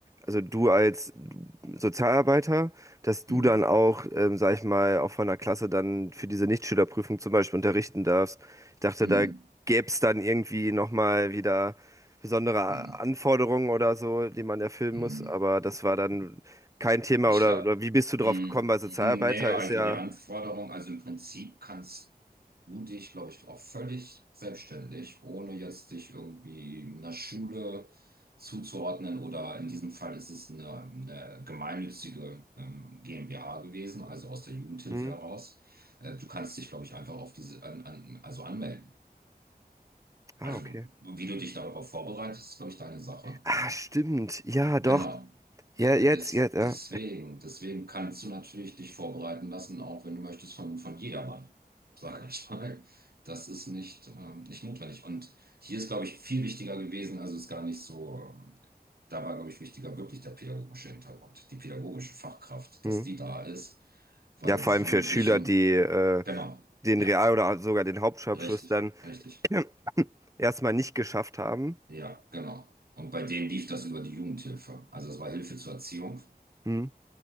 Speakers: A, on the right; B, on the right.
A: also du als Sozialarbeiter, dass du
B: hm,
A: dann auch, ähm, sag ich mal, auch von der Klasse dann für diese Nichtschülerprüfung zum Beispiel unterrichten darfst. Ich dachte,
B: hm,
A: da gäbe es dann irgendwie nochmal wieder besondere
B: hm,
A: Anforderungen oder so, die man erfüllen
B: hm.
A: muss, aber das war dann kein Thema
B: Ich
A: oder,
B: glaube,
A: oder wie bist du
B: hm,
A: drauf gekommen? Weil Sozialarbeiter
B: nee, also
A: ist ja.
B: die Anforderung, also im Prinzip kannst mutig, glaube ich, auch Völlig selbstständig, ohne jetzt sich irgendwie einer Schule zuzuordnen oder in diesem Fall ist es eine, eine gemeinnützige ähm, GmbH gewesen, also aus der Jugendhilfe
A: Hm?
B: heraus. Äh, du kannst dich, glaube ich, einfach auf diese, an, an, also anmelden.
A: Ah,
B: Also
A: okay.
B: wie du dich darauf vorbereitest, ist, glaube ich, deine Sache.
A: Ah, stimmt. Ja,
B: Genau.
A: doch. Ja,
B: Äh,
A: jetzt,
B: äh, des,
A: jetzt, ja.
B: deswegen, deswegen kannst du natürlich dich vorbereiten lassen, auch wenn du möchtest, von, von jedermann, <laughs> sage ich mal. Das ist nicht, ähm, nicht notwendig. Und hier ist, glaube ich, viel wichtiger gewesen, also ist gar nicht so, ähm, da war, glaube ich, wichtiger wirklich der pädagogische Hintergrund, die pädagogische Fachkraft,
A: Hm.
B: dass die da ist, weil
A: Ja, vor
B: diese
A: allem
B: Jugendlichen,
A: für Schüler, die äh,
B: genau,
A: den
B: ja,
A: Real- oder sogar den Hauptschulabschluss
B: richtig,
A: dann
B: richtig,
A: <laughs> erstmal nicht geschafft haben.
B: ja, genau. Und bei denen lief das über die Jugendhilfe. Also das war Hilfe zur Erziehung.
A: Hm.